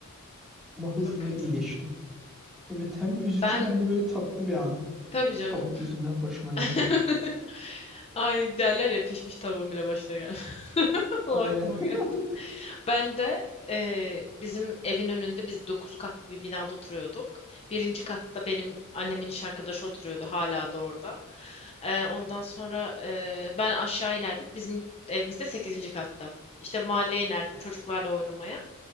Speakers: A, in the centre; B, on the left.
A: Ama
B: Çok
A: hızlı
B: kötü.
A: iyileşti. Evet hem üzücü
B: Ben
A: hem de böyle tatlı bir an.
B: tabii canım.
A: Tavuk yüzünden başıma gelmiş.
B: <laughs> Ay derler ya pişmiş tavuğun bile başına gel <laughs> O
A: Aynen.
B: aklıma
A: <laughs>
B: geldi. Ben de eee, bizim evin önünde biz 9 katlı bir binada oturuyorduk. Birinci katta benim annemin iş arkadaşı oturuyordu hala da orada. Eee, ondan sonra eee, ben aşağı inerdim. Bizim evimiz de 8. katta. İşte mahalleye inerdim çocuklarla oynamaya.